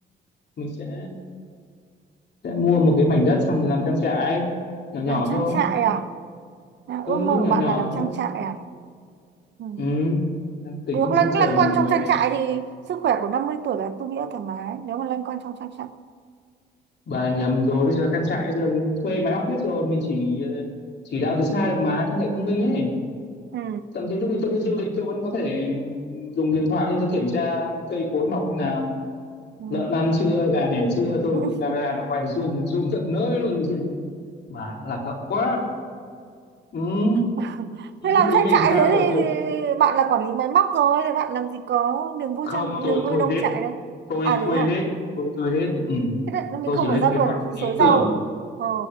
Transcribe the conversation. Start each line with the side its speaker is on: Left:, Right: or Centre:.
Left: mình sẽ sẽ mua một cái mảnh đất xong mình làm trang trại nhỏ nhỏ
Right: làm trang
Left: thôi
Right: trại à? à
Left: ừ
Right: ước mơ của
Left: nhỏ
Right: bạn
Left: nhỏ
Right: là làm
Left: thôi
Right: trang trại à? Ừ.
Left: ừ đang tính
Right: Được lăn
Left: trồng
Right: lăn quanh trong
Left: mấy
Right: trang trại thì sức khỏe của 50 tuổi là tôi nghĩ là thoải mái nếu mà lăn quanh trong trang trại.
Left: bà nhầm rồi bây giờ trang trại bây giờ thuê máy móc hết rồi mình chỉ ờ, chỉ đạo từ xa được mà trang trại thông minh ấy
Right: Ừ.
Left: thậm chí lúc đi tôi đi du lịch tôi vẫn có thể dùng điện thoại lên tôi kiểm tra cây cối mọc như nào mà
Right: Ừ.
Left: lợn ăn chưa gà đẻ chưa
Right: Ừ.
Left: tôi camera nó quay được zoom zoom tận nơi luôn Chứ bà lạc hậu quá ừ.
Right: <laughs>
Left: thì
Right: Thế làm
Left: lúc ấy
Right: trang
Left: mình
Right: trại
Left: tha
Right: thế
Left: hồ
Right: thì,
Left: tôi
Right: thì bạn là quản lý máy móc rồi thì bạn làm gì có niềm vui
Left: không
Right: trang
Left: tôi
Right: niềm vui
Left: thuê
Right: nông
Left: hết
Right: trại đâu.
Left: tôi
Right: À đấy
Left: thuê
Right: hả?
Left: hết tôi thuê hết ừ.
Right: Thế đấy, mình
Left: tôi
Right: không
Left: chỉ lên
Right: phải ra
Left: kế
Right: vườn
Left: hoạch ý
Right: xới rau.
Left: tưởng
Right: Ờ